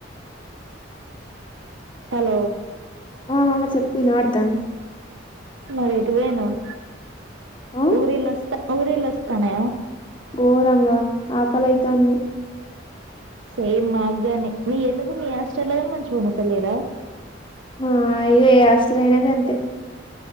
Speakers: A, on the right; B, on the left.
A: హలో
B: ఆ ఆ! చెప్పు ఇనపడుతంది
A: మరేటుపోయినవ్
B: ఆ
A: ఊరిల్స్ ఊరిలోస్తన్నాయా
B: ోరంగా ఆకలి అయితాంది
A: సేమ్ మాగ్గని మీ ఎందుకు మీ హస్టల్లో కాని మంచిగా ఓడుత లేరా
B: హ ఇగ ఏ హాస్టలైనా గంతే